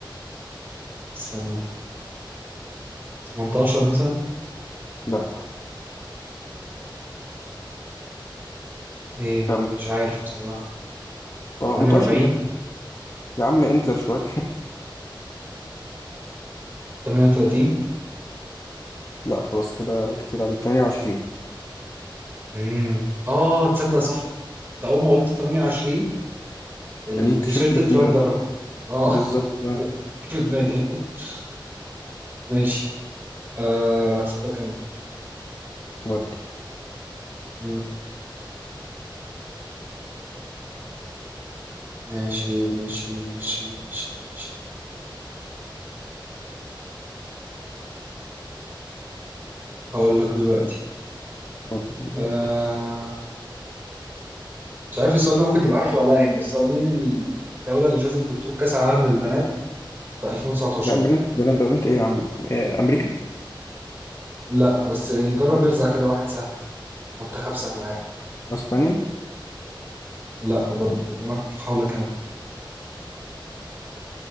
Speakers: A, on the right (about 25°); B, on the left (about 40°).
A: استنى 18 مثلا
B: لا
A: إيه
B: كمل
A: مش عارف بصراحة
B: 18
A: 48
B: لا يا عم انزل شوية <laughs>
A: 38
B: لا خلاص كده كتير عليك 28
A: امم <laughs> آه تصدق صح أنت أول ما قلت 28 التيشيرت
B: التيشيرت جه
A: اترندر
B: في دماغك
A: آه
B: بالظبط
A: <laughs>
B: آه،
A: جه في دماغي <laughs> ماشي آه أسألك أنا
B: ودي
A: مم. ماشي ماشي ماشي ماشي ماشي هقول لك دلوقتي
B: ودي دلوقتي
A: آه مش عارف السؤال ده ممكن تبقى عارفه ولا لا يعني بس هو مين الدولة اللي فازت ببطولة كأس العالم للبنات في 2019
B: لا بنات بنات بنات ايه يا عم إيه امريكا
A: لا بس يعني جرب ارزع كده واحد سهل منتخب سهل عادي
B: اسبانيا
A: لا برضه قدامك محاولة كمان